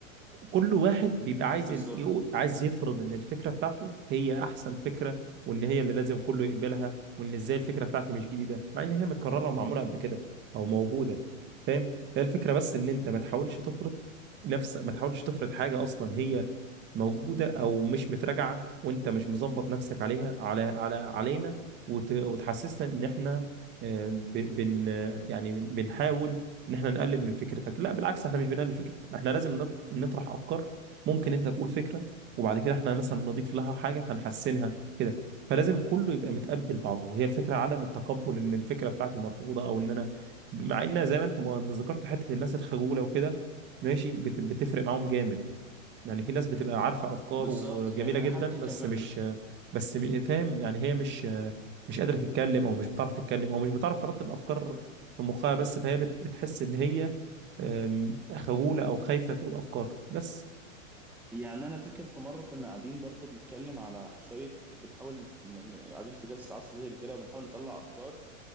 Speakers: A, on the right; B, in the centre.
A: كل واحد بيبقى عايز
B: بالظبط
A: يقول عايز يفرض ان الفكره بتاعته هي احسن فكره وان هي اللي لازم كله يقبلها وان ازاي الفكره بتاعتي مش جديده مع ان هي متكرره ومعموله قبل كده او موجوده فاهم هي الفكره بس ان انت ما تحاولش تفرض نفس ما تحاولش تفرض حاجه اصلا هي موجوده او مش متراجعه وانت مش مظبط نفسك عليها على على علينا وت... وتحسسنا ان احنا آه، ب... بن يعني بن- بنحاول ان احنا نقلل من فكرتك لا بالعكس احنا مش بنقلل فكرتك احنا لازم نط- نطرح افكار ممكن انت تقول فكره وبعد كده احنا مثلا نضيف لها حاجه فنحسنها كده فلازم كله يبقى متقبل بعضه هي الفكره عدم التقبل ان الفكره بتاعتي مرفوضه او ان انا مع ان زي ما انت ما ذكرت حته الناس الخجوله وكده ماشي بت- بتفرق معاهم جامد يعني في ناس بتبقى عارفة أفكار
B: بالظبط
A: وجميلة
B: يعني
A: جدا
B: انا حتى
A: بس
B: كمان
A: مش بس م- فاهم يعني هي مش مش قادرة تتكلم أو مش بتعرف تتكلم أو مش بتعرف ترتب أفكار في مخها بس فهي بت- بتحس إن هي أم، خجولة أو خايفة تقول أفكار بس
B: يعني انا فاكر في مره كنا قاعدين برضو بنتكلم على شويه بنحاول ن- ن- قاعدين في جلسه عصف ذهني كده وبنحاول نطلع افكار